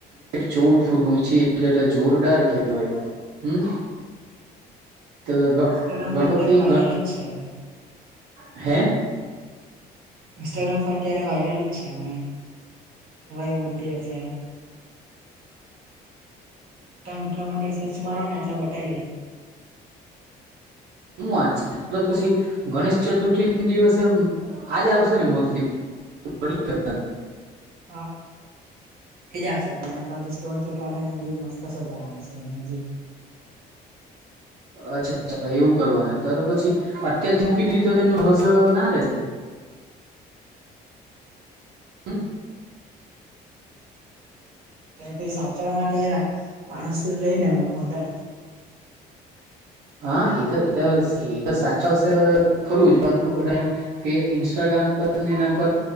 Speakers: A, on the right; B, on the right.
A: ચૌદ ફૂટ ઊંચી એટલે જોરદાર કહેવાય હમ. તે બધા ગ
B: ઇન્સ્ટાગ્રામ
A: ગણપતિ
B: પર અત્યારે વાયરલ
A: ગણ
B: જ છે
A: હે?
B: ઇન્સ્ટાગ્રામ પર અત્યારે વાયરલ જ છે અમે, અમારી મૂર્તિ અત્યારે. વિક્ર મડળ સચ મારો ને એટલે બતાવી દે.
A: હું વા છે પછી, ગણેશ ચતુર્થી દિવસે આજ આવશે ને મૂર્તિ? જ- <unintelligible>
B: હ. એજ આવશે પને હ સ્ટોન ચૂટાડે ને મસ્ત સજાવાના છે એ હજી. <inaudible>
A: અચ્છા અચ્છા એવું કરવાનું ત પછી, અત્ય્યારે મૂકી દીધ તો તેનું હસ ના રહેશે.
B: <inaudible>
A: હમ.
B: તો સાચવાવા માટે રાખ માણસ રહીનેમે મંડળ.
A: હા એ તો એ એ તો સાચા અસર ફરવું જ પરંતુ બધા, કે ઇન્સ્ટાગ્રામ કામ એના પર